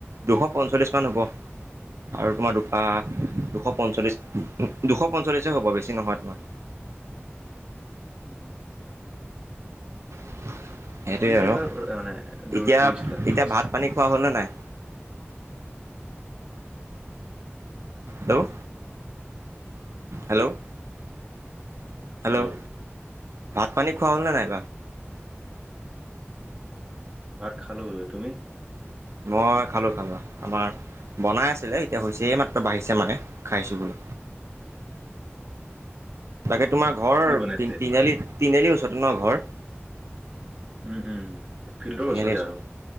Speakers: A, on the right (about 80°); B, on the right (about 20°).
A: দুশ পঞ্চল্লিশ মান হ'ব। আৰু তোমাৰ দু দুশ পঞ্চল্লিশ, দুশ পঞ্চল্লিশে হ'ব বেছি নহয় তোমাৰ।
B: উম।
A: <inaudible> সেইটোৱেই
B: তুমি
A: আৰু
B: কেনেকুৱা মানে দৌ
A: এতিয়া-এতিয়া
B: দৌৰিছিলা ফাৰ্ষ্ট
A: ভাতপানী খোৱা হল নে নাই? হেল্ল' হেল্ল' হেল্ল'
B: ল'
A: ভাত পানী খোৱা হ'ল নে নাই।
B: ভাত খালোঁ। তুমি?
A: মই খালো খালা আমাৰ। বনাই আছিলে এতিয়া হৈছে মাত্ৰ বাঢ়িছে মানে খাইছোঁ বোলো।
B: <unintelligible> অ
A: তাকে তোমাৰ ঘৰ
B: কি বনাইছে
A: তি তিনিআলি তিনিআলি ওচৰত তোমাৰ ঘৰ
B: উম উম ফিল্ডৰ
A: তিনিআলিৰ
B: ওচৰতে
A: ওচৰত
B: আৰু।